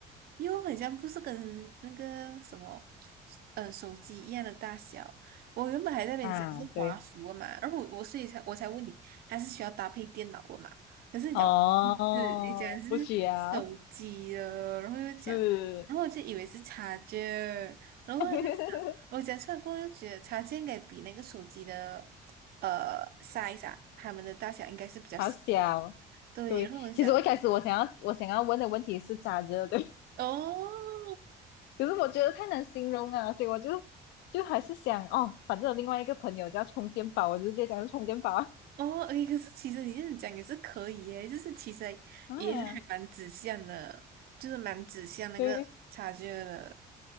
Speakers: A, on the right; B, on the left.
A: 又很像不是跟那个什么呃手机一样的大小。我原本还在那边想是华硕的嘛，
B: 啊，对，
A: 然后我我所以才我才问你，还是需要搭配电脑的嘛？可是你讲不是，
B: 哦，
A: 你讲是手机的，
B: 不需要，
A: 然后又讲，
B: 是，
A: 然后我就以为是插件，然后我就想，
B: <laughs>
A: 我讲出来过后就觉得插件应该比那个手机的。呃 size 啊，它们的大小应该是比较小
B: 好小，
A: 对，
B: 对，
A: 让我想，
B: 其实我一开始我想要我想要问的问题是咋着，对，
A: 哦
B: <laughs> 可是我觉得太难形容啊，所以我就就还是想哦，反正有另外一个朋友叫充电宝，我就直接讲是充电宝啊，
A: 哦，诶，可是其实你这样讲也是可以耶，就是其实还也是还蛮指向的，
B: 啊，
A: 就是蛮指向那个察觉的，
B: 对。